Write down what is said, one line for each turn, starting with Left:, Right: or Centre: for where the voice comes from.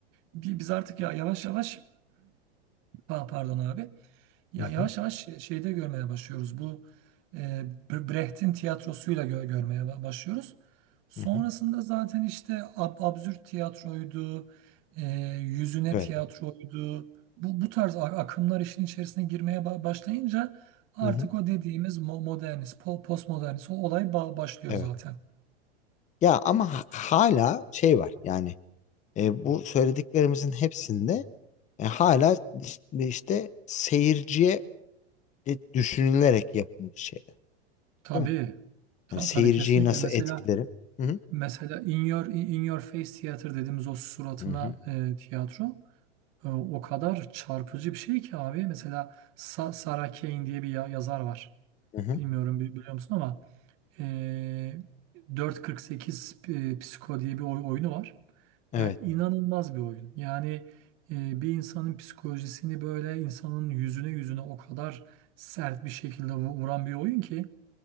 Right: Bi- Biz artık ya yavaş yavaş pa- pardon abi ya
Left: Hı hı.
Right: yavaş yavaş şey- şeyde görmeye başlıyoruz. Bu e, Bre- Brecht'in tiyatrosuyla gö- görmeye ba- başlıyoruz. Sonrasında
Left: Hı hı.
Right: zaten işte ab absürt tiyatroydu, e, yüzüne
Left: Evet.
Right: tiyatroydu. Bu bu tarz a- akımlar işin içerisine girmeye ba- başlayınca artık
Left: Hı hı.
Right: o dediğimiz mo- modernist, po postmodernist o olay ba- başlıyor
Left: Evet.
Right: zaten.
Left: Ya ama ha- hala şey var yani e, bu söylediklerimizin hepsinde e, hala işte işte seyirciye e, düşünülerek yapılmış şeyler.
Right: Tabii.
Left: Değil mi?
Right: Ta-
Left: Hani seyirciyi
Right: tabii kesinlikle.
Left: nasıl
Right: Mesela
Left: etkilerim? Hı hı.
Right: Mesela In Your, In Your Face Theater dediğimiz o suratına
Left: Hı hı.
Right: e, tiyatro e, o kadar çarpıcı bir şey ki abi. Mesela Sa- Sarah Kane diye bir ya- yazar var.
Left: Hı hı.
Right: Bilmiyorum bi- biliyor musun ama e, 4.48 e, Psiko diye bir oy- oyunu var.
Left: Evet.
Right: Yani inanılmaz bir oyun. Yani e, bir insanın psikolojisini böyle insanın yüzüne yüzüne o kadar sert bir şekilde vu- vuran bir oyun ki